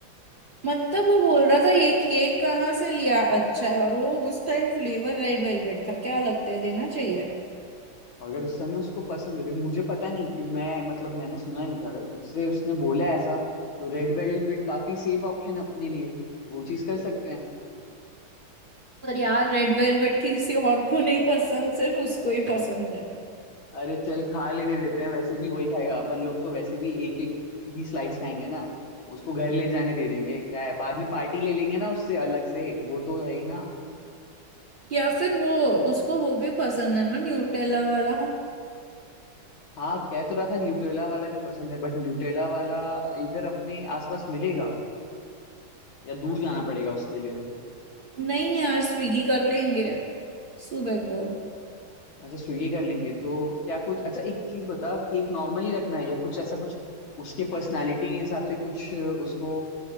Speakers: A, on the right; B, on the left.
A: मतलब वो बोल रहा था ये केक कहाँ से लिया अच्छा है और वो उस टाइम फ्लेवर रेड वेलवेट था क्या लगता है देना चाहिए
B: अगर उस समय उसको पसंद है देख मुझे पता नहीं क्यों मैं मतलब मैंने सुना नहीं था अगर तुझसे उसने बोला ऐसा तो रेड वेलवेट काफी सेफ ऑप्शन है अपने लिए वो चीज कर सकते हैं
A: पर यार रेड वेलवेट किसी और को नहीं पसंद सिर्फ उसको ही पसंद है
B: अरे चल खा लेने देते हैं वैसे भी वही खाएगा अपन लोग तो वैसे भी एक एक ही स्लाइस खाएंगे ना उसको घर ले जाने दे देंगे क्या है बाद में पार्टी ले लेंगे ना उससे अलग से वो तो है ही ना
A: या फिर वो उसको वो भी पसंद है ना न्यूटेला वाला
B: हाँ कह तो रहा था न्यूटेला वाला भी पसंद है बट न्यूटेला वाला इधर अपने आसपास मिलेगा या दूर जाना पड़ेगा उसके लिए
A: नहीं यार स्विगी कर लेंगे सुबह को
B: अच्छा स्विगी कर लेंगे तो क्या कुछ अच्छा एक चीज बता केक नॉर्मली रखना है या कुछ ऐसा कुछ उसके पर्सनालिटी के हिसाब से कुछ उसको